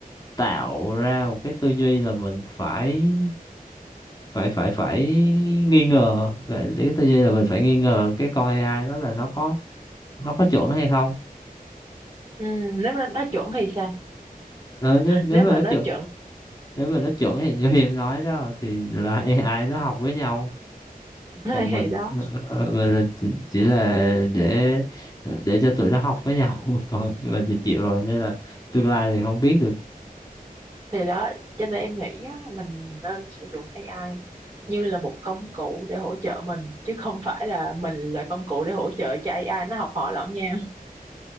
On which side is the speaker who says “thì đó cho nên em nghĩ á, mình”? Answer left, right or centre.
Right